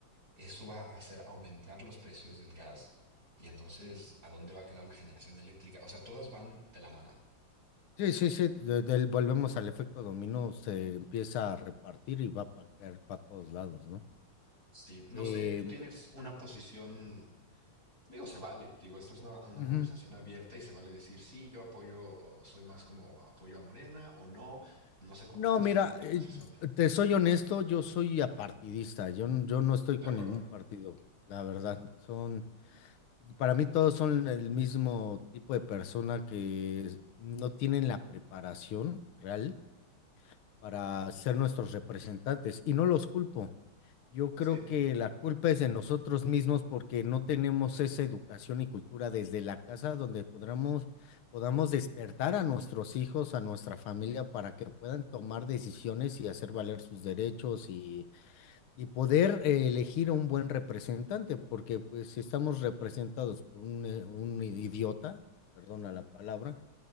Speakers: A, on the right; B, on the left.
A: Eso va a hacer aumentar los precios del gas y entonces, ¿a dónde va a quedar la generación eléctrica? O sea, todas van de la mano.
B: Sí, sí, sí, de- del- volvemos al efecto dominó, se empieza a repartir y va a caer para todos lados, ¿no?
A: Sí, no
B: Eh,
A: sé, tú tienes una posición, digo, se vale, digo, esto es una, una
B: ujú.
A: conversación abierta y se vale decir, sí, yo apoyo, o soy más como apoyo a Morena o no, no sé cu-
B: No,
A: cuál es
B: mira,
A: tu, tu
B: eh,
A: posición.
B: te soy honesto, yo soy apartidista, yo, n- yo no estoy con
A: De acuerdo.
B: ningún partido, la verdad. Son, para mí todos son el mismo tipo de persona que no tienen la preparación real para ser nuestros representantes y no los culpo. Yo
A: Sí,
B: creo que la culpa es de nosotros mismos porque no tenemos esa educación y cultura desde la casa donde podamos, podamos despertar a nuestros hijos, a nuestra familia, para que puedan tomar decisiones y hacer valer sus derechos y, y poder eh, elegir a un buen representante, porque pues si estamos representados por un, eh, un idiota, perdona la palabra,